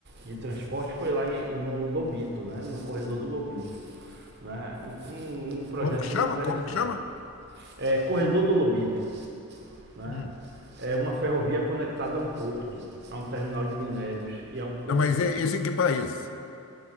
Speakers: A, on the right; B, on the left.
A: de transporte foi lá em- no Lobito, né? no corredor do Lobito. Né? Um, um- um projeto
B: Como que chama?
A: interessante.
B: Como que chama?
A: É, corredor do Lobito. Né?
B: Hum.
A: É uma ferrovia conectada a um porto, a um terminal de minérios e a um porto.
B: Não, mas e- esse em que país?